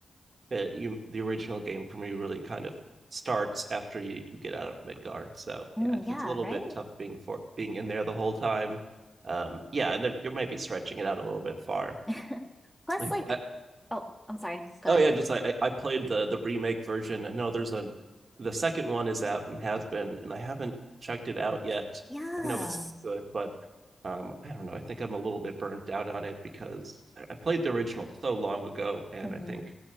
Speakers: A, on the right; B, in the centre.
A: that you the original game for me really kind of starts after you, you get out of Midgar. So,
B: Mm,
A: yeah,
B: yeah,
A: it's a little
B: right?
A: bit tough being for being in there the whole time. Um yeah, and there, you might be stretching it out a little bit far.
B: <laughs> Plus
A: Like
B: like
A: I,
B: oh, I'm sorry. Go
A: Oh
B: ahead.
A: yeah, just I I played the the remake version. I know there's a the second one is out and has been, and I haven't checked it out yet.
B: Yeah.
A: I know it's good, but um, I don't know. I think I'm a little bit burnt out on it because I I played the original so long ago, and
B: Mhm.
A: I think